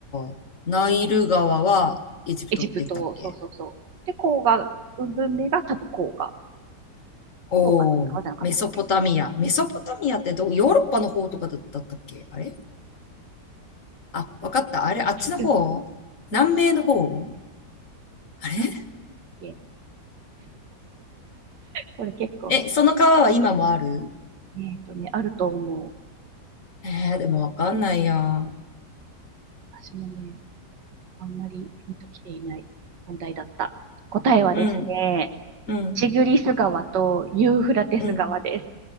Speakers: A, on the left (about 50°); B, on the right (about 80°).
A: あ、ナイル川はエジプトって言ったっけ
B: エジプト、そうそうそう。で、黄河文明が多分黄河。
A: おおー、
B: 黄河川じゃなかったっけ
A: メソポタミア。メソポタミアってど、ヨーロッパの方とかだだったっけあれあ、わかった。あれ、あっちの方南米の方
B: うん、
A: あれ
B: なんだっけこれ結構、
A: え、その川は今もある
B: えっとね、あると思う。
A: えー、でもわかんないや。う
B: 私もね、あんまりピンときていない問題だった。答えはですね、
A: ん、うん、
B: チグリス川とユーフラテス川です。
A: うん。